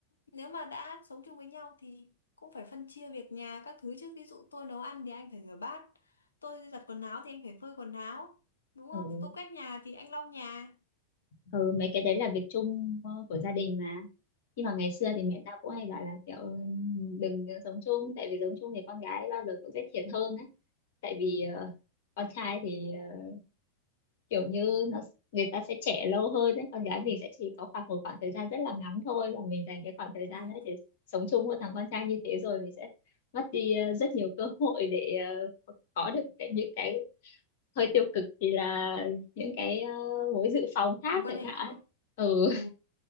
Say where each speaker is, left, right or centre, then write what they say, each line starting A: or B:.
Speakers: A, on the left (about 75°); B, on the left (about 55°).
A: nếu mà đã sống chung với nhau thì cũng phải phân chia việc nhà các thứ chứ ví dụ tôi nấu ăn thì anh phải rửa bát tôi giặt quần áo thì anh phải phơi quần áo đúng
B: ừ.
A: không tôi quét nhà thì anh lau nhà
B: ừ mấy cái đấy là việc chung ờ, của gia đình mà nhưng mà ngày xưa
A: ừ.
B: thì mẹ tao cũng hay bảo là kiểu ừ, đừng sống chung tại vì sống chung thì con gái bao giờ cũng sẽ thiệt hơn ấy tại vì ờ, con trai thì ờ, kiểu như nó người ta sẽ trẻ lâu hơn đấy con gái mình sẽ chỉ có khoảng một khoảng thời gian rất là ngắn thôi và mình dành cái khoảng thời
A: Ừ.
B: gian đấy để sống chung với thằng con trai như thế rồi mình sẽ mất đi ờ, rất nhiều cơ hội để ờ, có được cái, những cái hơi tiêu cực thì là những cái ờ, mối dự phòng khác
A: Mối quan
B: chẳng
A: hệ
B: hạn
A: khác
B: ừ,
A: ừ.